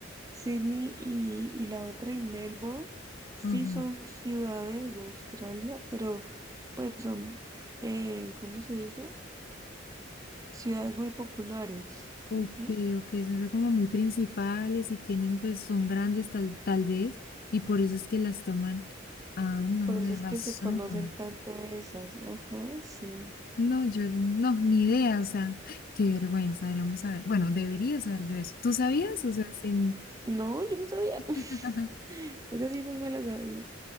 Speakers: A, on the right; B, on the left.
A: Sydney y, y la otra y Melbourne sí
B: Ajá.
A: son ciudades de Australia, pero pues son, eh, ¿cómo se dice? Ciudades muy populares.
B: Ok,
A: Ujú.
B: ok, son como muy principales y tienen, pues, son grandes tal, tal vez, y por eso es que las toman. Ah, no,
A: Por eso
B: de
A: es
B: razón.
A: que se conocen tanto esas. Ajá, sí.
B: No, yo no, ni idea, o sea, qué vergüenza, deberíamos saber. Bueno, debería saber yo eso. ¿Tú sabías? O sea, sin.
A: No, yo no sabía.
B: <laughs>
A: <laughs> Esa sí no me la sabía.